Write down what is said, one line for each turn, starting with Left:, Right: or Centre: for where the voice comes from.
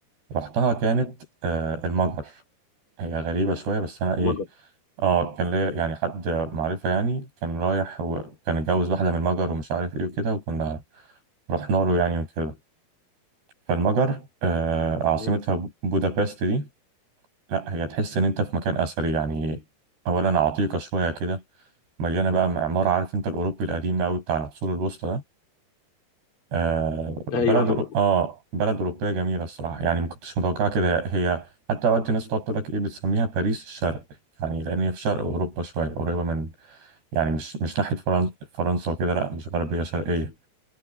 Right: رحتها كانت آه، المجر هي غريبة شوية بس أنا إيه
Left: المجر
Right: آه كان ليا
Left: مم.
Right: يعني حد معرفة يعني كان رايح وكان اتجوز واحدة من المجر ومش عارف إيه وكده وكنا رحنا له يعني وكده فالمجر آه عاصمتها
Left: تمام.
Right: بودابست دي لا هي تحس إن أنت في مكان أثري يعني أولا عتيقة شوية كده مليانة بقى معمار عارف أنت الأوروبي القديم أوي بتاع العصور الوسطى ده آه بلد
Left: أيوه عارفه
Right: أورو- اه بلد اوروبيه جميله الصراحه يعني ما كنتش متوقعه كده هي حتى اوقات الناس تقعد تقول لك ايه بتسميها باريس الشرق يعني لان هي في شرق اوروبا شويه قريبه من يعني مش مش ناحيه فرنسا فرنسا وكده لا مش غربيه شرقيه